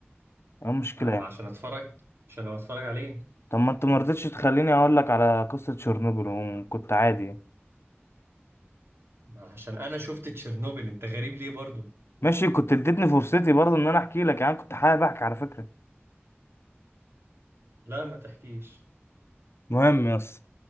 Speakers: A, on the left; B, on the right.
A: إيه المشكلة
B: لا
A: يعني؟
B: ما عشان اتفرج عشان أنا اتفرج عليه
A: طب ما انت ما رضيتش تخليني اقول لك على قصة تشيرنوبل وكنت عادي
B: ما عشان انا شفت تشيرنوبل انت غريب ليه برضو
A: ماشي كنت اديتني فرصتي برضه ان انا احكي لك يعني كنت حابب احكي على فكرة
B: لا ما تحكيش
A: مهم يا اسطى